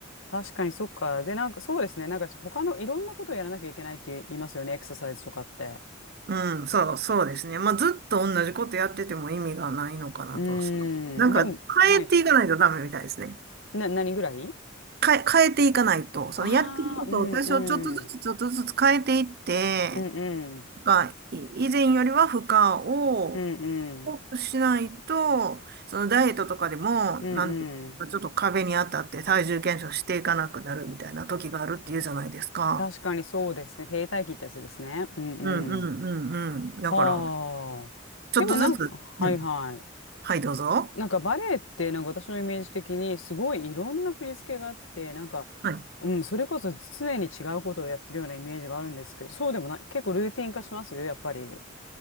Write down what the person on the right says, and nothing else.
うん、そう、そうですね。まあ、ずっと同じことやってても意味がないのかなと。
そうなんか、
変えていかないとダメみたいですね。
変え、変えていかないと、そのやってることを多少ちょっとずつちょっとずつ変えていって、
が、い以前よりは負荷を
多くしないと、そのダイエットとかでも、
なんとかちょっと壁に当たって体重減少していかなくなるみたいな時があるっていうじゃないですか。
うんうんうんうん。だから、
ちょっとずつ、
うん。はい、どうぞ。
はい。